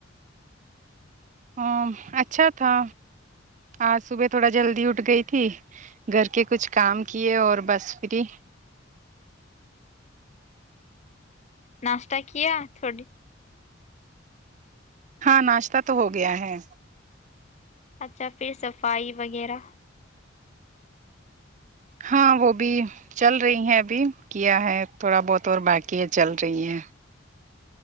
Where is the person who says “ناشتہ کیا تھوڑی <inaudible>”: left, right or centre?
Left